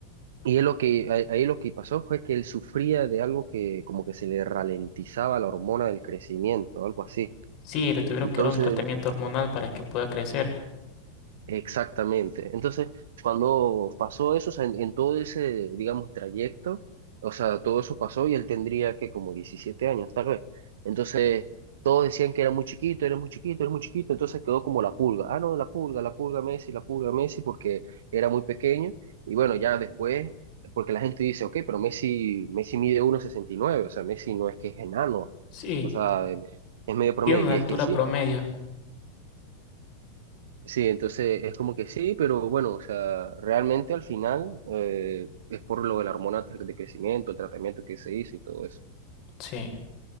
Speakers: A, on the right (about 60°); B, on the left (about 40°).
A: y él lo que, a- ahí lo que pasó fue que él sufría de algo que como que se le ralentizaba la hormona del crecimiento, algo así.
B: Sí, le tuvieron
A: Entonces,
B: que dar un tratamiento hormonal para que pueda crecer.
A: exactamente. Entonces, cuando pasó eso, o sea, en, en todo ese, digamos, trayecto, o sea, todo eso pasó y él tendría que como 17 años, tal vez. Entonces, todos decían que era muy chiquito, era muy chiquito, era muy chiquito, entonces quedó como la pulga. Ah, no, la pulga, la pulga Messi, la pulga Messi, porque era muy pequeño. Y bueno, ya después, porque la gente dice, ok, pero Messi, Messi mide uno sesenta y nueve o sea, Messi no es que es enano,
B: Sí,
A: o sea, es medio promedio,
B: tiene una
A: y
B: altura
A: es que sí.
B: promedio.
A: Sí, entonces es como que sí, pero bueno, o sea, realmente al final eh, es por lo de la hormona de de crecimiento, el tratamiento que se hizo y todo eso.
B: Sí,